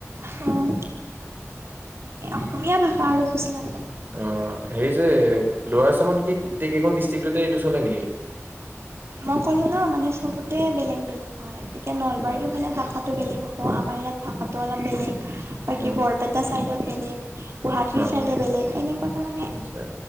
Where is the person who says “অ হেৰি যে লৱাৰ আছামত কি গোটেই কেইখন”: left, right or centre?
Right